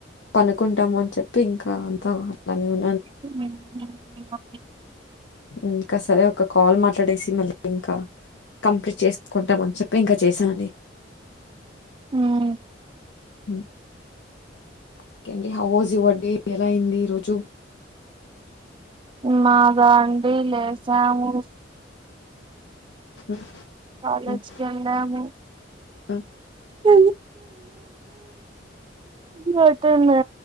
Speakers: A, on the left; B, on the right.
A: పనుకుంటాము అని చెప్పి ఇంకా అంతా అట్లానే ఉ
B: అ
A: ఇంకా సరే ఒక కాల్ మాట్లాడేసి మళ్ళీ ఇంకా కంప్లీట్ చేసుకుంటామని చెప్పి ఇంకా చేశానండి
B: ఉం
A: హ ఇంకేంటి హౌ వాస్ యువర్ డే ఎలా అయింది ఈ రోజు
B: మక అండీ లేసాము
A: హ్మ్.
B: కాలేజీకి
A: హ్మ్.
B: వెళ్ళాము
A: హ్మ్.
B: <inaudible> బట్టడి